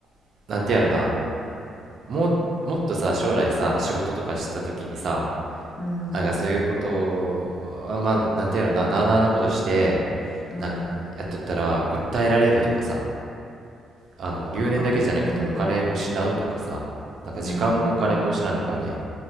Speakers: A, on the right; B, on the left.
A: あ、なんてやろな、もう、もっとさ、将来さ、仕事とかした時にさ、
B: うん、うん、
A: なんかそういうことを、あまあ、なんてやろな、なあなあなことして、
B: うん
A: なんかやっとったら訴えられるとかさあの留年だけじゃなくてお金失うとかさなんか時間もお金も失うとかあるやん
B: もっと、うん、うん、うん、